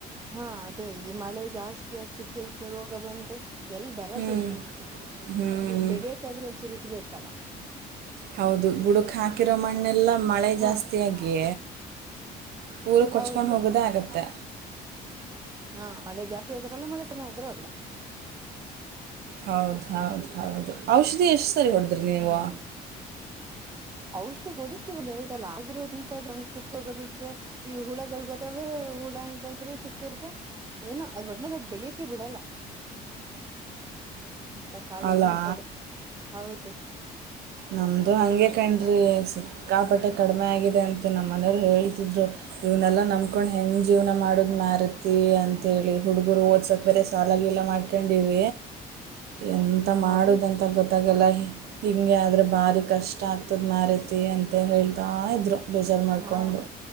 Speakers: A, on the right; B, on the right.
A: ಹಾ ಅದೇ ಈ ಮಳೆ ಜಾಸ್ತಿ ಆಗ ಚುಕ್ಕೆಗಿಕ್ಕೆ ರೋಗ ಬಂದು ಎಲ್ ಬರದ
B: ಹ್ಮ್
A: ಯಲ್ಲಿ
B: ಹ್ಮ್
A: ಈಗ್ ಬೆಳಿಯಕಾದ್ರೂ ಒಂದ್ಸೂರು ಇದ್ಬೇಕೇಕು ಕಲ
B: ಹೌದು ಬುಡುಕ್ ಹಾಕಿರೋ ಮಣ್ಣೆಲ್ಲ ಮಳೆ
A: ಹಾ
B: ಜಾಸ್ತಿಯಾಗಿ ಪೂರ ಕೊಚ್ಕೊಂಡು
A: ಹೌದು
B: ಹೋಗೋದೇ ಆಗತ್ತೆ
A: ಹಾ ಮಳೆ ಜಾಸ್ತಿ ಆದ್ರಲ್ಲ ಮಳೆ ಕಮ್ಮಿ ಆದ್ರೂ ಅಲ್ಲ
B: ಹೌದ್ ಹೌದ ಹೌದು ಔಷಧಿ ಎಷ್ಟು ಸರಿ ಹೊಡದ್ರಿ ನೀವು
A: ಹ್ಮ್ ಔಷಧಿ ಹೊಡತಿವಿ ಒಂದ ಎರಡಲ್ಲ ಆದ್ರಂತ ಒಂದ್ ಚುಕ್ಕಗ ಬಿಟ್ರೆ ಈ ಹುಳಗಳು ಬರ್ತಾವ ಹುಳ ಇದಾದ್ರೆ ಚುಕ್ಕ್ಯವರ್ಗ ಏನೋ ಅದ್ ಒಟ್ಟನದ ಅದ್ ಬೆಳಿಯಕೆ ಬಿಡಲ್ಲ ಇಂತ ಕಾಲನೇ
B: ಅಲಾ
A: ಇಂತ್ದ ಹೌದು
B: ನಮ್ದು ಹಗೆ ಕಣ್ರಿಸ ಕಾಪಾಟ್ಟ
A: ಹ್ಮ್
B: ಕಡಿಮೆ ಆಗಿದೆ ಅಂತ ಮತ್ತು ನಮ್ಮನೆಯವರು ಹೇಳ್ತಿದ್ರು ಇವನ್ನೆಲ್ಲ ನಂಬಕೊಂಡು ಹೆಂಗೆ ಜೀವನ ಮಾಡದು ಮಾರತಿ ಅಂತೇಳಿ ಹುಡುಗರು ಓದ್ಸೋಕ್ಕೆ ಬೇರೆ ಸಾಲಾಗಿಲ್ಲ ಮಾಡ್ಕೊಂಡಿವ ಎಂತ ಮಾಡುದಂತ
A: ಹೌದು
B: ಗೊತ್ತ ಾಗಲ್ಲಿ ಹಿಂಗೆ ಅಂದರೆೆ ಭಾರಿ ಕಷ್ಟ ಆಗ್ತದೆ ತದ ಮಾರೈತಿ ಅಂತ ಹೇಳ್ತಾ ಇದ್ರು ಬೇಜಾರ ಮಾಡಿಕೊಂಡು
A: ಹಾ